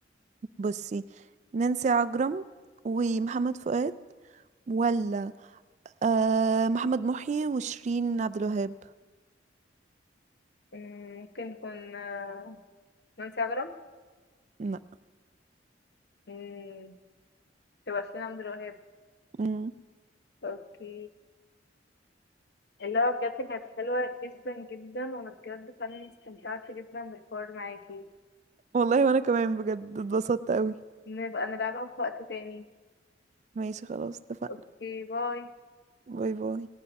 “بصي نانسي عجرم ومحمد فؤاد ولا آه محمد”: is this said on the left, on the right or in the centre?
Right